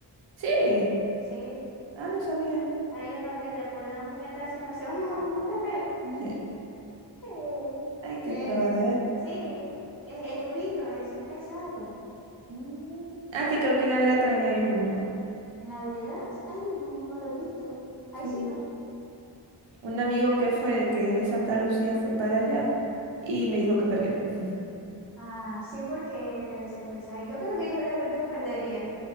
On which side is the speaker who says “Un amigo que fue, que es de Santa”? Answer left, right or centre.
Right